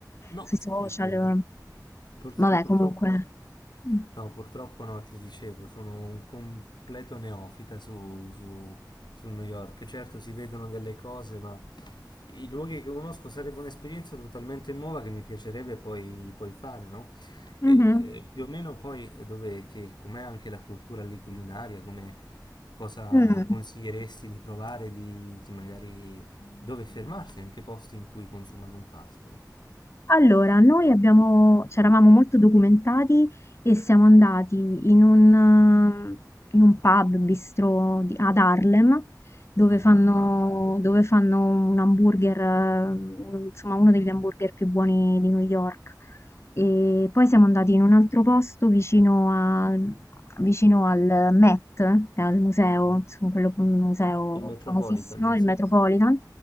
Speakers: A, on the left (about 85°); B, on the left (about 40°).
A: No,
B: sui
A: sai
B: social.
A: che purtro-
B: Vabbè,
A: purtroppo,
B: comunque. Mm.
A: no, purtroppo no, ti dicevo, sono un completo neofita su, su- su New York. Certo, si vedono delle cose, ma i luoghi che conosco sarebbe un'esperienza totalmente nuova che mi piacerebbe poi, poi fare, no? E,
B: Mhm.
A: eh, più o meno poi dove, che, com'è anche la cultura lì culinaria, come cosa
B: Mm.
A: consiglieresti di provare, di, di magari dove fermarsi, in che posti in cui consumare un pasto, ecco.
B: Allora, noi abbiamo c'eravamo molto documentati e siamo andati in un, ehm, in un pub bistro di- ad Harlem dove
A: Mhm,
B: fanno,
A: Ah, bello.
B: dove fanno un hamburger, eh, un- insomma uno degli hamburger più buoni di New York. E poi siamo andati in un altro posto vicino al, vicino al Met, che è al museo,
A: Mhm.
B: insomma, quello, un museo
A: Il Metropolitan,
B: famosissimo, il
A: sì.
B: Metropolitan.